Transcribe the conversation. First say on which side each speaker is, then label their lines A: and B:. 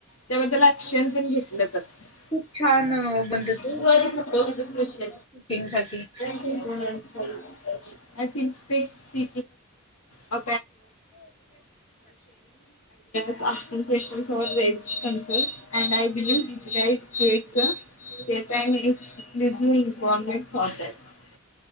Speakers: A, on the left (about 70°); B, on the left (about 30°).
A: त्याबदल आकशन तेन घेतलं त. तू
B: खूप छान बनतं ते
A: आधी सपव तो विषय
B: कुकिंग साठी
A: त्याशिवाय मिळणार नाही.
B: हो
A: फ इ स्पेस सि अ <unintelligible> अस प क्वेशचन्सवररे <unintelligible> व्हव्हमे